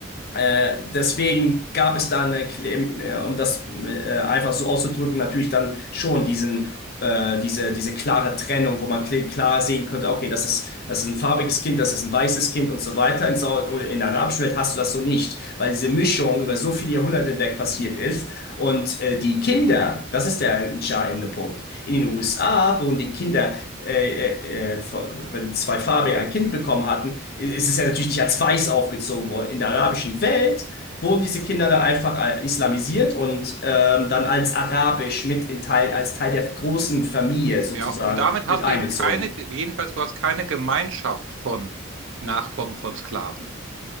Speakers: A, on the left (about 50°); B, on the right (about 65°).
A: äh, deswegen gab es dann, äh, kle- äh, um das äh, einfach so auszudrücken, natürlich dann schon diesen, äh, diese, diese klare Trennung, wo man kl- klar sehen konnte, okay, das ist, das ist ein farbiges Kind, das ist ein weißes Kind und so weiter. In, Sau- oder in der arabischen Welt hast du das so nicht, weil diese Mischung über so viele Jahrhunderte hinweg passiert ist. Und äh, die Kinder, das ist der entscheidende Punkt. In den USA wurden die Kinder, äh, äh, äh, von- wenn zwei Farbe ein Kind bekommen hatten, es ist ja natürlich nicht als weiß aufgezogen worden. In der arabischen Welt wurden diese Kinder dann einfach äh, islamisiert und ähm, dann als arabisch mit in Teil, als Teil der großen Familie sozusagen
B: Ja, und damit hast
A: mit einbezogen.
B: du eben keine, jedenfalls du hast keine Gemeinschaft von Nachkommen von Sklaven.